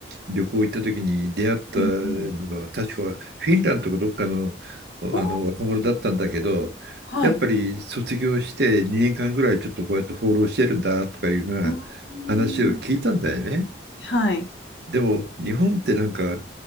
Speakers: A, on the right; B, on the left.
A: 旅行行った時に出会ったのが、
B: うんうん。
A: 確かフィンランドかどっかの、あの若者だったんだけど、
B: ああ、
A: やっぱり卒業して2年間ぐらいちょっとこうやって放浪してるんだとかいうふうな
B: はい。うーん。
A: 話を聞いたんだよね。
B: はい、
A: でも日本ってなんか、